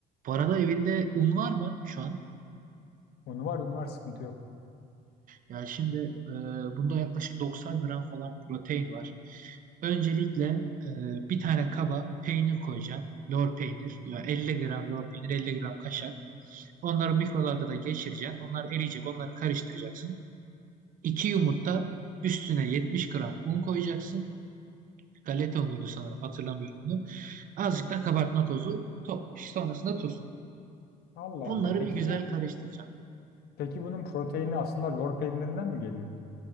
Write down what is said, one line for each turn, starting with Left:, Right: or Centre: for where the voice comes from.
Right: Bu arada evinde un var mı şu an?
Left: Unu var unu var sıkıntı yok.
Right: Ya şimdi e, bunda yaklaşık 90 gram falan protein var. Öncelikle e, bir tane kaba peynir koyacaksın. Lor peynir. Ya 50 gram lor peynir, 50 gram kaşar. Onları mikrodalgada geçireceksin. Onlar eriyecek. Onları karıştıracaksın. 2 yumurta üstüne 70 gram un koyacaksın. Galetonluydu sanırım hatırlamıyorum bunu. Azıcık da kabartma tozu. To sonrasında tuz.
Left: Allah
Right: Bunları
Left: Allah. Peki
Right: bir güzel
Left: bu
Right: karıştıracağım.
Left: Peki bunun proteini aslında lor peynirinden mi geliyor?